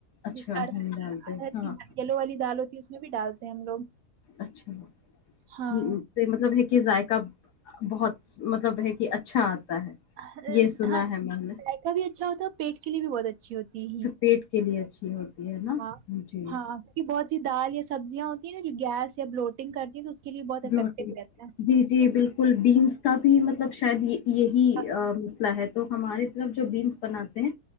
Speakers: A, on the left; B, on the right.
A: اچھا
B: جس ارر
A: ہینگ ڈالتے ہیں ہاں
B: کی یلو والی دال ہوتی اس میں بھی ڈالتے ہیں ہم لوگ
A: اچھا
B: ہاں
A: ہ مطلب ہے کہ ذائقے ک بہت مطلب ہے کہ اچھا آتا ہے
B: ہاںائق
A: یہ سنا ہے میں نے
B: بھی اچھا ہوتا ہے پیٹ کے لیے بھی بہت اچھی ہوتی
A: اچھا پیٹ کے لیے اچھی ہوتی ہے نا
B: ہاں
A: جی
B: ہاں کیہ بہت دال یا سبزیاں ہوتی ہیں ن جو گیس یا ب لوٹنگ کرتی ہیں تو کے لیے بہت
A: ب
B: افیکٹو رہتا
A: جی جی بالکل بیینس کا بھی مطلب شاید یہ یہی
B: ہے
A: مسئلہ ہے تو ہماری طرف جو بینس بناتے ہیں